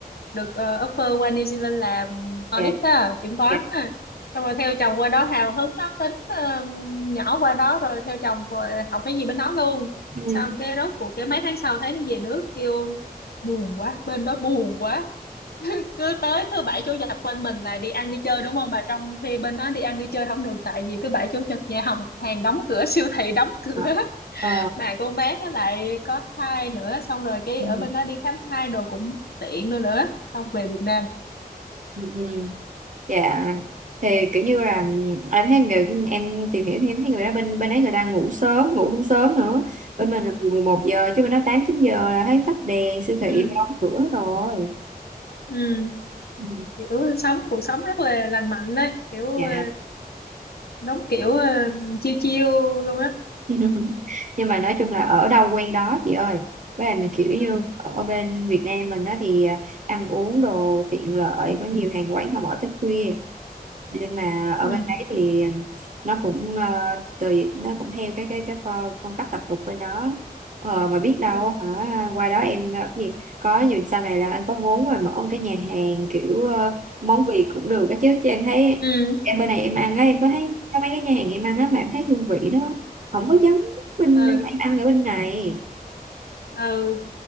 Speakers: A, on the left (about 80°); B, on the right (about 55°).
A: được ờ, offer qua New Zealand làm audit
B: dạ
A: á, kiểm toán
B: dạ
A: á. Xong rồi theo chồng qua đó hào hứng lắm tính ờ, nhỏ qua đó rồi theo chồng rồi học cái gì bên đó luôn
B: Ừ.
A: xong cái rốt cuộc cái mấy tháng sau thấy nó về nước kêu buồn quá bên đó buồn quá cứ tới thứ bảy chủ nhật bên mình là đi ăn đi chơi đúng không bà trong khi bên đó đi ăn đi chơi không được tại vì thứ bảy chủ nhật nhà hàng hàng đóng cửa <laughs> siêu thị đóng cửa
B: Ờ,
A: <laughs>
B: ờ,
A: mà con bé nó lại có thai nữa xong rồi cái
B: ừ,
A: ở bên đó đi khám thai đồ cũng tiện nữa nữa xong về Việt Nam
B: ừ, ừ. dạ thì kiểu như là ừ, em thấy người em tìm hiểu thì em thấy người đó bên bên ấy người ta ngủ sớm ngủ cũng sớm nữa bên
A: ừ
B: mình là 11 giờ chứ bên đó 8 9 giờ là thấy tắt đèn siêu thị
A: ừ
B: đóng cửa hết rồi
A: ừ
B: ừ.
A: kiểu sống cuộc sống rất là lành mạnh đấy kiểu
B: dạ
A: ờ, đúng kiểu ờ, chiêu chiêu luôn á
B: <laughs> nhưng mà nói chung là ở đâu quen đó chị ơi với lại mình kiểu
A: ừ
B: như ở bên Việt Nam mình đó thì à, ăn uống đồ tiện lợi có nhiều hàng quán không ở tới khuya nhưng mà ở
A: ừ
B: bên đấy thì nó cũng ờ, tùy nó cũng theo cái cái cái phong, phong cách tập tục bên đó ờ, mà biết đâu
A: ừ
B: hả qua đó em ờ, cái gì có dù sau này là anh có vốn rồi mở ông cái nhà hàng kiểu ờ, món Việt cũng được á chứ chứ em thấy
A: ừ
B: em bên này em ăn á em có thấy có mấy cái nhà hàng em ăn á mà em thấy hương vị nó không có giống bên
A: ừ
B: em ăn ở bên này
A: ừ